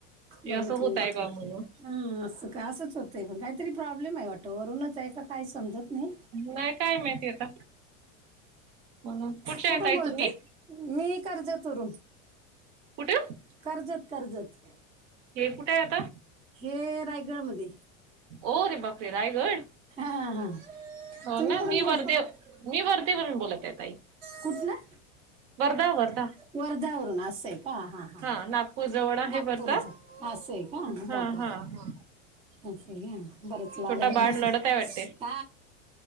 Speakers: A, on the right (about 15°); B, on the right (about 55°).
A: बघितलं
B: असं होत
A: बघितलं
B: आहे बा म्हणून
A: ह असं का असंच होतंय पण काहीतरी प्रॉब्लेम आहे वाटं वरूनच आहे का काय समजत नाही.
B: नाही काय माहिती आता <inaudible>
A: कुठून बोलतोय
B: तुम्ही
A: मी कर्जत वरून
B: कुठे
A: कर्जत कजत
B: हे कुठे आहे आता?
A: हे रायगडमध्ये
B: ओ रे बाप रे रायगड
A: हां, हां, हां.
B: हो
A: तुम्ही
B: ना
A: कुठून
B: मी
A: बोल
B: वर
A: कुठ
B: दे मी वरदे वरून बोलत आहे ताई
A: कुठलं?
B: वर्धा वर्धा
A: वर्ध्यावरून असंय का हां हां
B: हा
A: हां
B: नागपूर जवळ आहे
A: नागपूरच
B: वर्धा
A: असं आहे का
B: हा हा हा
A: ओके घ बरंच लांब
B: छोटा बाळ
A: बसने
B: लढत आहे वाटते